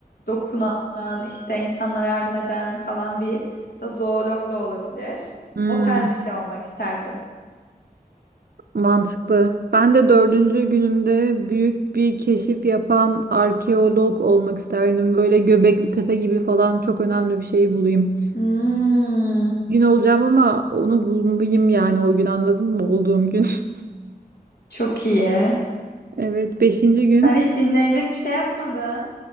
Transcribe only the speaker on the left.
dokunan, işte insanlara yardım eden falan bir da zoolog da olabilir.
O tarz bir şey olmak isterdim.
Hmm,
çok iyi.
Sen hiç dinlenecek bir şey yapmadın.